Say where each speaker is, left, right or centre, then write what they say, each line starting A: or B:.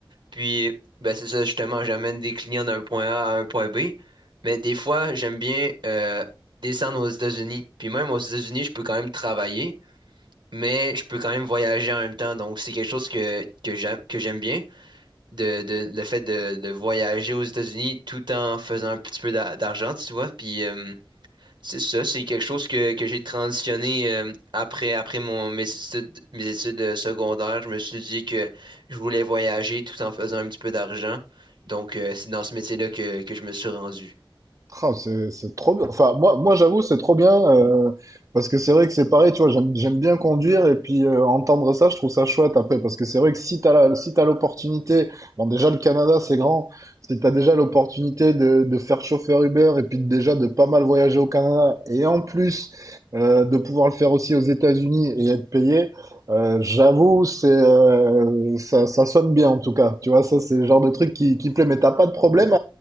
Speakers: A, on the right (about 55°); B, on the right (about 40°).
A: Puis, ben, c'est ça, justement, j'amène des clients d'un point A à un point B. Mais des fois, j'aime bien euh, descendre aux États-Unis. Puis même aux États-Unis, je peux quand même travailler, mais je peux quand même voyager en même temps. Donc, c'est quelque chose que, que j'aime, que j'aime bien, de, de- le fait de, de voyager aux États-Unis tout en faisant un petit peu d'a- d'argent, tu vois. Puis, euh, c'est ça, c'est quelque chose que, que j'ai transitionné euh, après, après mon, mes études, mes études euh, secondaires. Je me suis dit que je voulais voyager tout en faisant un petit peu d'argent. Donc, euh, c'est dans ce métier-là que, que je me suis rendu.
B: Ah, c'est c'est trop bien. Enfin, moi, moi j'avoue, c'est trop bien. euh, parce que c'est vrai que c'est pareil, tu vois, j'aime, j'aime bien conduire et puis euh, entendre ça, je trouve ça chouette après. Parce que c'est vrai que si t'as la, si t'as l'opportunité, bon, déjà le Canada, c'est grand. Si t'as déjà l'opportunité de, de faire chauffeur Uber et puis déjà de pas mal voyager au Canada et en plus euh, de pouvoir le faire aussi aux États-Unis et être payé, euh, j'avoue, c'est, euh, ça, ça sonne bien en tout cas. Tu vois, ça, c'est le genre de truc qui, qui plaît. Mais t'as pas de problème